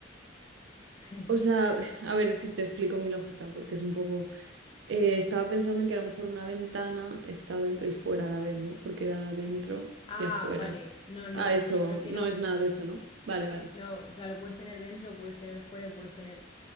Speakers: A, on the left (about 25°); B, on the right (about 70°).
A: <laughs>
B: O sea, <laughs> a ver, es que te explico mi lógica porque es un poco... Eh, estaba pensando en que a lo mejor una ventana está dentro y fuera a la vez, ¿no? Porque da adentro
A: Ah,
B: y afuera.
A: vale. No, no,
B: Ah,
A: o
B: eso,
A: sea, yo me refiero...
B: no es nada de eso, ¿no? Vale, vale.
A: No, o sea, lo puedes tener dentro, lo puedes tener fuera y puedes tener...